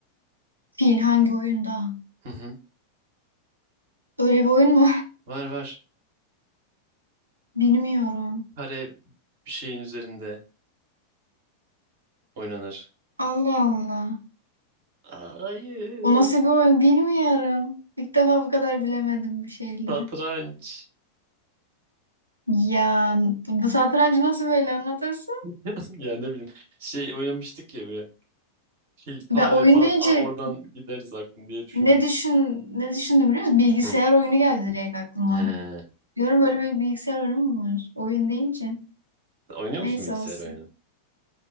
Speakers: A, on the right (about 80°); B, on the right (about 55°).
A: Fil hangi oyunda?
B: Hı hı.
A: Öyle bir oyun mu?
B: Var var.
A: <laughs> Bilmiyorum.
B: Kare bir şeyin üzerinde oynanır.
A: Allah Allah.
B: Hayır.
A: O nasıl bir oyun bilmiyorum. İlk defa bu kadar bilemedim bir şeyleri.
B: Satranç.
A: Ya bu satrancı nasıl böyle anlatırsın?
B: <laughs> Ya ne bileyim. Şey oynamıştık ya böyle. Fil,
A: Ben
B: fare
A: oyun
B: falan.
A: deyince
B: Aa, oradan gideriz aklım diye düşündüm.
A: ne düşün ne düşündüm biliyor musun? Bilgisayar
B: Hı.
A: oyunu geldi direkt aklıma.
B: He.
A: Diyorum böyle bir bilgisayar oyunu mu var? Oyun deyince.
B: Oynuyor musun
A: Neyse
B: bilgisayar
A: olsun.
B: oyunu?